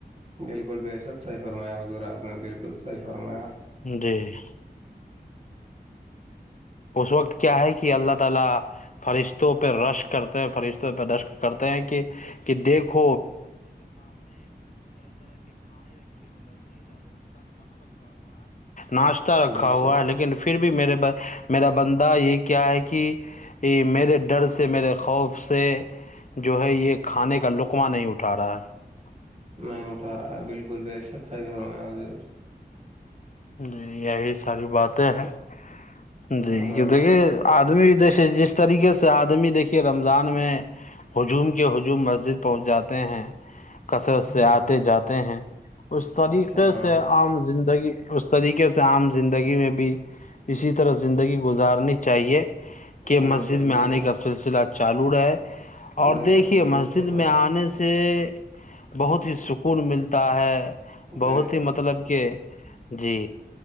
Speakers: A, on the right (about 40°); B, on the left (about 45°).
A: بالکل بھ صب صحیح فرمایا ہو جورا آپ نے بالکل صحیح فرمایا <unintelligible>
B: جی <inaudible> حضور کیا ہے کہ اللہ تعالی فرشتوں پہ رشک کرتے ہیں فرشتوں پہ رش کرتے ہیں کہ دیکھ ناشتہ رکھا
A: بے
B: ہوا
A: شک
B: ہے لیکن پھر بھی میرے پس <unintelligible> بند یہ <unintelligible> کیا ہے کہ میرے ڈر سے میرے خوف سے جو ہے یہ کھانے کا لقوہ نہیں اٹھا رہا ہے <unintelligible>
A: نہیں اٹھا رہا ہے بالکل ب شخصھرم <unintelligible>
B: جی یہی ساری باتیں ہیں <unintelligible> جی
A: ہاں
B: کہتے کہ <unintelligible> آدمی جس طریقے سے آدمی دیکھیے رمضان میں ہجوم کے ہجوم مسجد پہنچ جاتے ہیں <unintelligible> کثرت سے
A: ہاں
B: آتے
A: ہاں
B: جاتے ہیں اس طریقے
A: اچھا ہاں
B: سے عام زندگی <unintelligible> اس طریقے سے عام زندگی میں بھی اسی طرح زندگی گزارنی چاہیے <unintelligible> کے مسجد
A: بے شک
B: میں
A: بے
B: آنے
A: شک
B: کا سلسلہچ <unintelligible> چالور ہے <unintelligible> اور
A: بے
B: دیکھیے
A: شک بالکل
B: مسجد
A: صحیح فرمایا
B: میں آنے سے <unintelligible> بہت ہی سکون ملتا ہے <unintelligible> بہت
A: بے شک
B: ہی مطلب کہ <unintelligible> جی